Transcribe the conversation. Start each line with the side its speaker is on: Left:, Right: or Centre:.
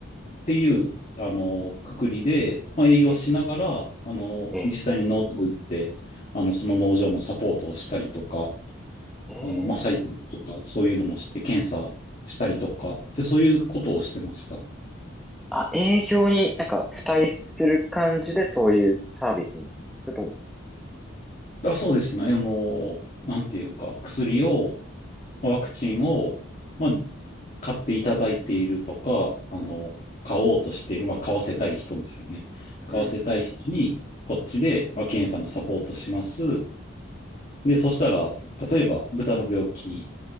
Left: ていう、あの、くくりで、まあ、営業しながら、
Centre: え、
Left: あの、
Centre: ええ、
Left: 実際に農場行って、あの、その農場のサポートをしたりとか、
Centre: ええ
Left: あの、まあ、採血とか、そういうのもして、検査したりとか、で、そういうことをしてました。
Centre: あ、営業になんか付帯する感じでそういうサービスみたいな。それとも、
Left: あ、そうですね。あの、なんていうか、薬を、ワクチンを、まあ、買っていただいているとか、あの、買おうとしている、まあ、買わせたい人ですよね。買わせたい人に、
Centre: うん。
Left: こっちで、まあ、検査のサポートします。で、そしたら、例えば、豚の病気、